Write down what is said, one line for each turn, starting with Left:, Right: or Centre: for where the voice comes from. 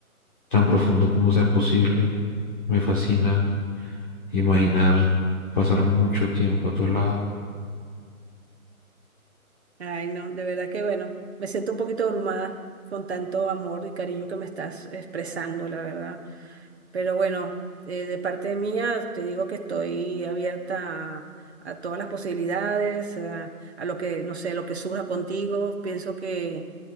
Left: tan profundo como sea posible. Me fascina imaginar pasar mucho tiempo a tu lado.
Right: Ay, no, de verdad que bueno, me siento un poquito abrumada con tanto amor y cariño que me estás expresando, la verdad. Pero bueno, eh, de parte mía te digo que estoy abierta a, a todas las posibilidades, a, a lo que, no sé, lo que surja contigo. Pienso que